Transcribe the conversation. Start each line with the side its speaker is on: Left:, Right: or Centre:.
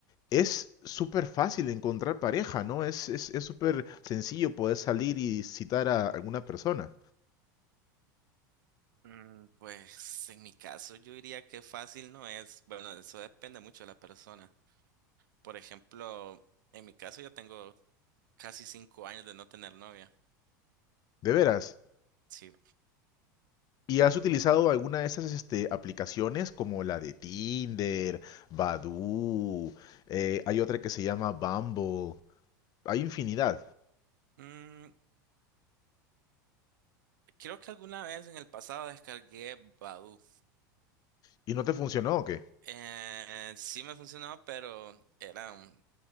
Left: es súper fácil encontrar pareja, ¿no? Es, es, es súper sencillo poder salir y citar a alguna persona.
Right: Mm, pues en mi caso yo diría que fácil no es. Bueno, eso depende mucho de la persona. Por ejemplo, en mi caso yo tengo casi cinco años de no tener novia.
Left: De veras.
Right: Sí.
Left: ¿Y has utilizado alguna de esas este, aplicaciones como la de Tinder, Badoo? eh, hay otra que se llama Bumble. Hay infinidad.
Right: Mm, creo que alguna vez en el pasado descargué Badoo.
Left: ¿Y no te funcionó o qué?
Right: Eh, sí me funcionó, pero eran